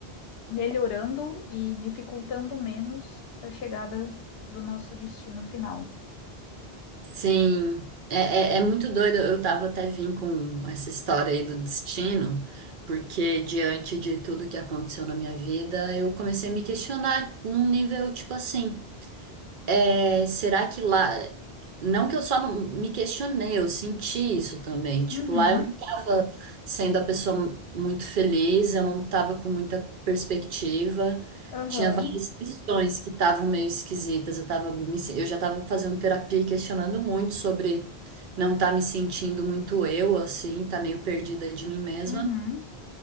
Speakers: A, on the left (about 70°); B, on the right (about 55°).
A: melhorando e dificultando menos para a chegada do nosso destino final.
B: Sim, é, é, é muito doido. Eu tava até vim com essa história aí do destino, porque diante de tudo que aconteceu na minha vida, eu comecei a me questionar num nível tipo assim. É, será que lá. Não que eu só não me questionei, eu senti isso também. Tipo,
A: Uhum,
B: lá eu não tava sendo a pessoa muito feliz, eu não tava com muita perspectiva.
A: aham,
B: Tinha várias questões que estavam meio esquisitas. Eu tava me se- eu já tava fazendo terapia e questionando muito sobre não estar me sentindo muito eu, assim, tá meio perdida de mim mesma.
A: uhum,